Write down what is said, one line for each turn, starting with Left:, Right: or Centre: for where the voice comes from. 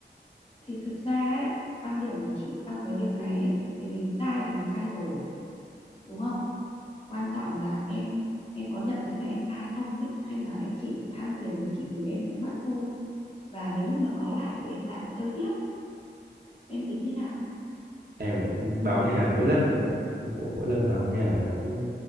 Left: thì thực ra ấy quan điểm của chị trong cái việc này ấy thì mình sai thì mình sai rồi đúng không quan trọng là em em có nhận thấy là em sai không ấy hay là em chỉ than phiền với chị vì em bị mất thôi và nếu như mà có lại thì em lại chơi tiếp em tính thế nào
Right: em cũng báo nhà mấy lần rồi đấy mỗi, mỗi lần báo nhà là cũng